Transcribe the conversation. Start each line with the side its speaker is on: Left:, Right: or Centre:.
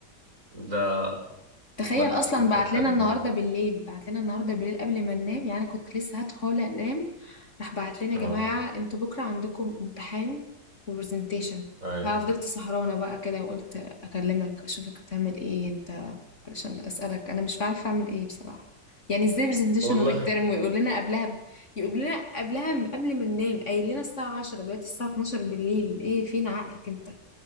Right: ده
Left: تخيل
Right: ما تخ...
Left: اصلا
Right: ما فكرنيش
Left: بعت لنا النهارده بالليل بعت لنا النهارده بالليل قبل ما ننام يعني انا كنت لسه هدخل انام راح بعت لنا
Right: اه
Left: يا جماعه انتوا بكره عندكم امتحان وبرزنتيشن
Right: اي
Left: ففضلت سهرانه بقى كده وقلت اكلمك اشوفك هتعمل ايه انت علشان اسالك انا مش عارفه اعمل ايه بصراحه يعني ازاي برزنتيشن
Right: والله
Left: وميد ترم ويقول لنا قبلها ب... يقول لنا قبلها م- قبل ما ننام قايل لنا الساعه 10 دلوقتي الساعه 12 بالليل ايه فين عقلك انت